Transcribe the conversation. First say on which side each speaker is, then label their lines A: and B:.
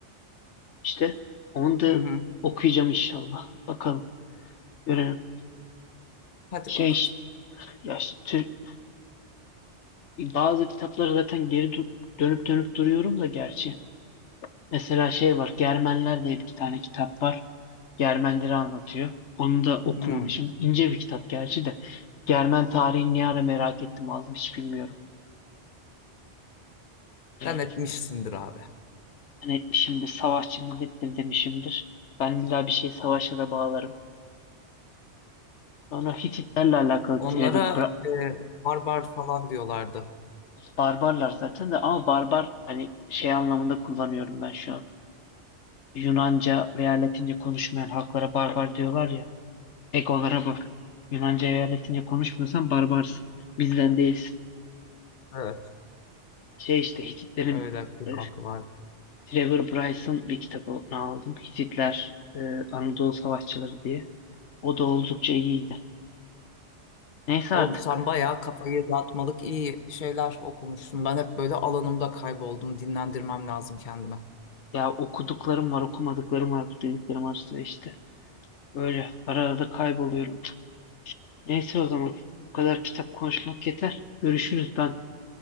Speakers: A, on the left; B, on the left.
A: İşte onu da
B: Hı hı.
A: okuyacağım inşallah. Bakalım. Görelim.
B: Hadi
A: Şey
B: bakalım.
A: ya işte Türk, bazı kitapları zaten geri dö- dönüp dönüp duruyorum da gerçi. Mesela şey var. Germenler diye bir tane kitap var. Germenleri anlatıyor. Onu da okumamışım.
B: Hı.
A: İnce bir kitap gerçi de. Germen tarihini ne ara merak ettim aldım hiç bilmiyorum. Yani.
B: Sen etmişsindir abi.
A: Ben etmişimdir, savaşçı millettir demişimdir. Ben illa bir şey savaşa da bağlarım. Sonra Hititlerle alakalı
B: Onlara
A: Trevor Bra-
B: e, barbar falan diyorlardı.
A: barbarlar zaten de ama barbar hani şey anlamında kullanıyorum ben şu an. Yunanca veya Latince konuşmayan halklara barbar diyorlar ya. Egolara bak. Yunanca veya Latince konuşmuyorsan barbarsın. Bizden değilsin.
B: Evet.
A: Şey işte Hititlerin
B: Öyle bir
A: e,
B: halkı vardı.
A: Trevor Bryce'ın bir kitabını aldım. Hititler e, Anadolu Savaşçıları diye. O da oldukça iyiydi. Neyse
B: Oğlum
A: artık.
B: sen bayağı kafayı dağıtmalık iyi şeyler okumuşsun. Ben hep böyle alanımda kayboldum. Dinlendirmem lazım kendime.
A: Ya okuduklarım var, okumadıklarım var, bu dediklerim arasında işte. Öyle ara ara da kayboluyorum. Neyse o zaman bu kadar kitap konuşmak yeter. Görüşürüz ben